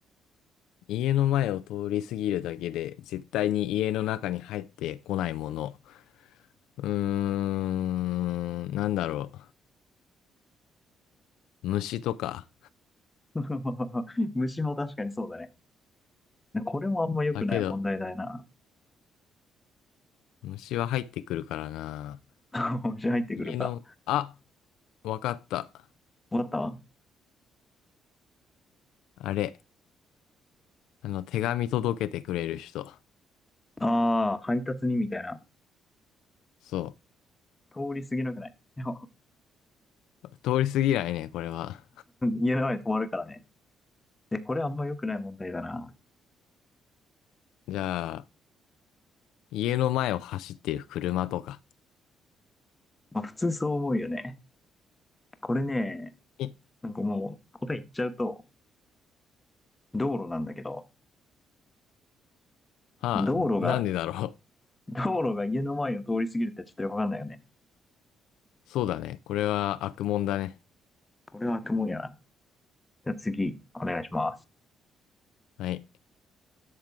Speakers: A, on the left (about 75°); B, on the left (about 20°).
A: 家の前を通り過ぎるだけで、絶対に家の中に入ってこないもの。うーん、なんだろう。虫とか。
B: <laughs> 虫も確かにそうだね。これもあんま良くない問題だよな。
A: だけど、虫は入ってくるからな。
B: <laughs> 虫入ってくるか。
A: 家の、あ、わかった。
B: わかったわ
A: あれ、あの、手紙届けてくれる人。
B: ああ、配達にみたいな。
A: そ
B: 通り過ぎなくない <laughs>
A: う。通り過ぎないね、これは。
B: 家の前に止まるからね。で、これあんま良くない問題だな。
A: じゃあ、家の前を走っている車とか。
B: まあ普通そう思うよね。これね、
A: え
B: なんかもう答え言っちゃうと、道路なんだけど、
A: はあ、
B: 道路が
A: なんでだろう。
B: 道路が家の前を通り過ぎるってちょっとよくわかんないよね。
A: そうだね。これは悪もんだね。
B: これは雲やな。じゃあ次、お願いします。
A: はい。